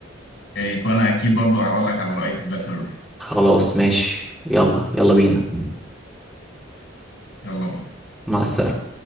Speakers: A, on the left; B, in the centre.
A: يا ريت وانا اكيد برضو هقول لك على رأيي في بلاك ميرور
B: خلاص ماشي يلا يلا بينا
A: يلا بينا
B: مع السلامه